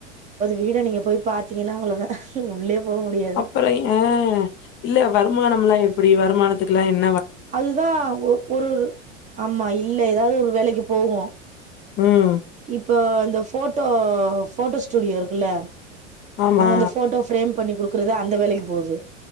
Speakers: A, on the right; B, on the left.
A: வீடா நீங்க போய் பார்த்தீங்கன்னா அவ்வளவுதான் உள்ளே போ முடியாது
B: அப்பறம் ஆஹ் இல்ல வருமானம் எ ல்லாம் எப்டி வருமானத் த்துக்கெல்லாம் என்
A: அதுதான் ஒரு ஆமா இல்ல ஏதாவது ஒரு வேலைக்கு போகும்
B: ம்
A: இப்ப இந்த போட்டோ போட்டோ ஸ்டுடியோ இருக்குல்ல
B: ஆமா
A: அங்க அந்த போட்டோ ஃரேம் பண்ணி குடுக்குறத அந்த வேலைக்கு போகுது